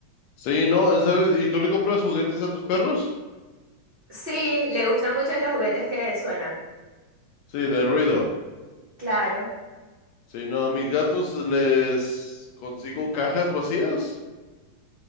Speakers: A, on the left (about 75°); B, on the right (about 55°).
A: Sí, no, ¿sabes? ¿Y tú le compras juguetes a tus perros?
B: Sí, le gustan mucho los juguetes que suenan.
A: Sí, de ruido.
B: Claro,
A: Sí, no, a mis gatos les consigo cajas vacías.